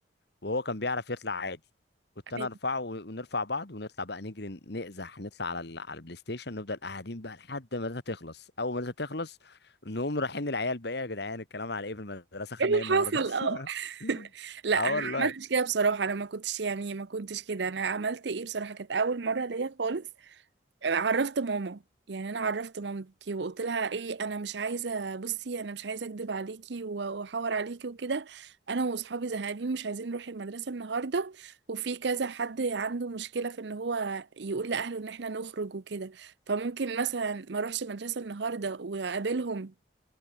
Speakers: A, on the left; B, on the right.
A: وهو كان بيعرف يطلع عادي كنت انا
B: ايوه
A: ارفعه و- ونرفع بعض ونطلع بقى نجري نقزح نطلع على ال- على البلاي ستيشن نفضل قاعدين بقى لحد ما الداتا تخلص اول ما الداتا تخلص نقوم رايحين للعيال بقى "إيه يا جدعان الكلام على ايه في المدرسه خدنا
B: ايه اللي
A: ايه النهارده
B: حصل
A: <laughs>
B: اه لا
A: اه
B: انا
A: والله
B: ما عملتش كده بصراحه انا ما كنتش يعني ما كنتش كده انا عملت ايه بصراحه كانت اول مره ليا خالص عرفت ماما يعني انا عرفت مامتي وقلت لها ايه انا مش عايزه بصي انا مش عايزه اكدب عليكي و- واحور عليكي وكده انا واصحابي زهقانين مش عايزين نروح المدرسه النهارده وفي كذا حد عنده مشكله في ان هو يقول لاهله ان احنا نخرج وكده فممكن مثلا ما اروحش المدرسه النهارده واقابلهم